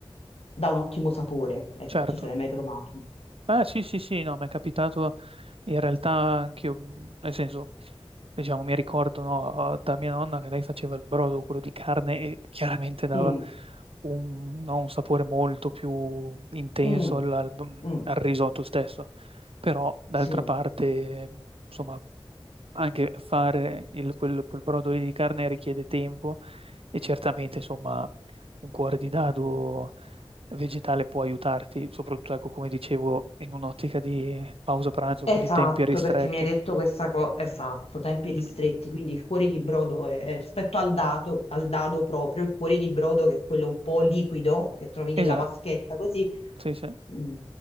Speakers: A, on the left (about 80°); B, on the right (about 70°).
A: dà un ottimo sapore. Ecco,
B: certo.
A: non so se l'hai mai provato.
B: Ah, sì, sì, sì, no, mi è capitato In realtà anch'io, mh, nel senso, diciamo, mi ricordo, no, da mia nonna che lei faceva il brodo, quello di carne, e chiaramente dava
A: Mm,
B: un, no, un sapore molto più intenso
A: mm,
B: al, al- mm,
A: mm,
B: al risotto stesso. Però, d'altra
A: sì.
B: parte, eh, insomma, anche fare il- quel, quel brodo lì di carne richiede tempo e certamente, insomma, un cuore di dado vegetale può aiutarti, soprattutto, ecco, come dicevo, in un'ottica di pausa pranzo,
A: Esatto,
B: quindi tempi ristretti.
A: perché mi hai detto questa cosa, esatto, tempi
B: Mm,
A: ristretti, quindi il cuore di brodo è, è rispetto al dado, al dado proprio, il cuore di brodo che è quello un po' liquido che trovi nella
B: Esatto,
A: vaschetta, così
B: sì, sì,
A: mh,